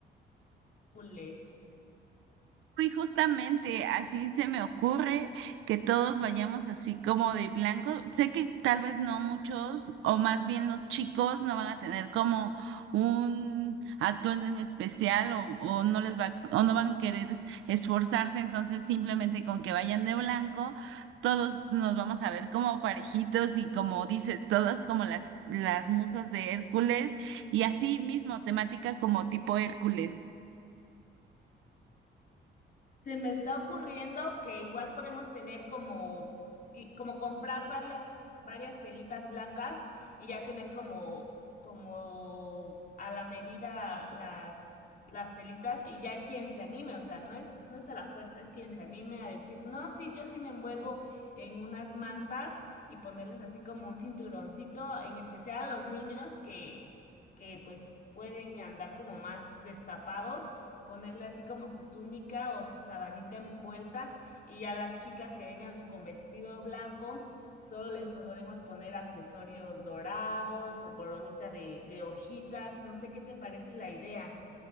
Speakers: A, on the left (about 45°); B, on the right (about 85°).
A: Hércules.
B: Y justamente así se me ocurre que todos vayamos así como de blanco. Sé que tal vez no muchos, o más bien los chicos, no van a tener como un atuendo en especial o, o no les va, o no van a querer esforzarse. Entonces, simplemente con que vayan de blanco, todos nos vamos a ver como parejitos y como dices, todas como las, las musas de Hércules y así mismo temática como tipo Hércules.
A: Se me está ocurriendo que igual podemos tener como, y- como comprar varias, varias telitas blancas y ya tener como, como a la medida las, las telitas y ya quien se anime, o sea, no es, no es a la fuerza, es quien se anime a decir, no, sí, yo sí me envuelvo en unas mantas y ponerles así como un cinturoncito, en especial a los niños que, que pues pueden andar como más destapados ponerle así como su túnica o su sabanita envuelta y ya las chicas que vengan con vestido blanco, solo les podemos poner accesorios dorados o coronita de, de hojitas, no sé qué te parece la idea.